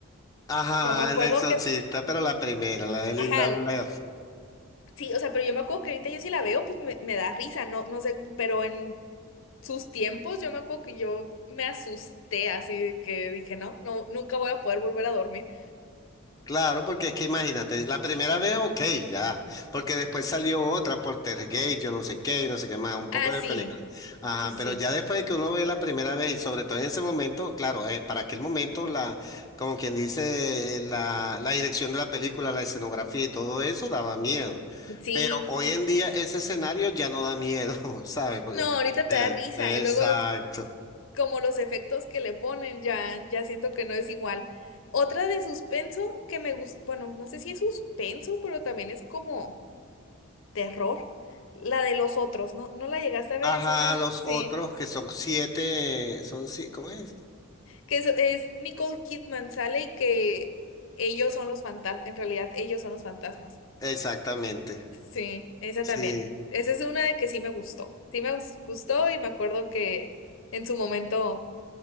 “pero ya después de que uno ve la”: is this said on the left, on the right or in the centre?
Left